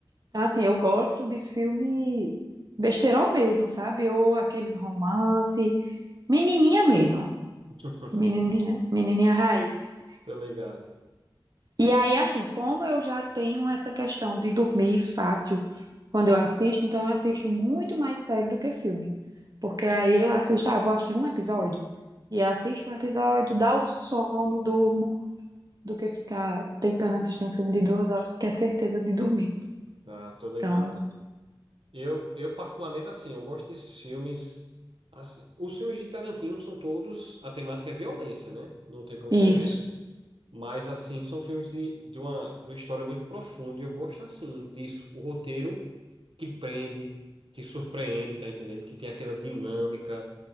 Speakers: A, on the right; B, on the right.
A: Então, assim, eu gosto de filme besteirol mesmo, sabe? Ou aqueles romance, menininha mesmo.
B: <laughs>
A: Menininha, menininha raiz.
B: Tô ligado.
A: E aí, assim, como eu já tenho essa questão de dormir fácil quando eu assisto, então eu assisto muito mais série do que filme. Porque aí eu assisto, ah, vou assistir um episódio. E assisto um episódio, dá o sono, durmo, do que ficar tentando assistir um filme de duas horas, que é certeza de dormir.
B: Ah, tô ligado.
A: Então,
B: Eu, eu particularmente, assim, eu gosto desses filmes. assim, os filmes de Tarantino são todos, a temática é violência, né? Não tem pra onde
A: isso.
B: correr. Mas, assim, são filmes de, de uma, de uma história muito profunda e eu gosto, assim, disso. O roteiro que prende, que surpreende, tá entendendo? Que tem aquela dinâmica.